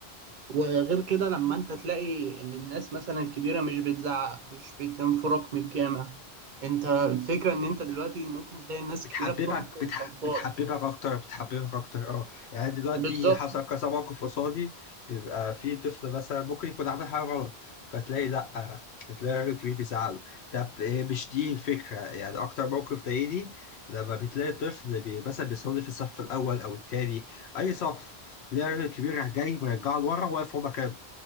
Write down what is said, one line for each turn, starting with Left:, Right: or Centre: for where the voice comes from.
Right: وغير كده لما انت تلاقي ان الناس مثلا الكبيره مش بتزعق مش بتنفرك من الجامع انت الفكره ان انت دلوقتي ممكن تلاقي الناس
Left: بتحببك
Right: الكبيره بتنقذ الاطفال
Left: بتح... بتحببك اكتر بتحببك اكتر اه يعني دلوقتي
Right: بالظبط
Left: حصل كذا موقف قصادي بيبقى في طفل مثلا ممكن يكون عامل حاجه غلط فتلاقي لا تلاقي راجل كبير بيزعله طب إيه مش دي الفكره يعني اكتر موقف ضايقني لما بتلاقي طفل بي... مثلا بيصلي في الصف الاول او التاني اي صف تلاقي راجل كبير جاي مرجعه لورا واقف في مكانه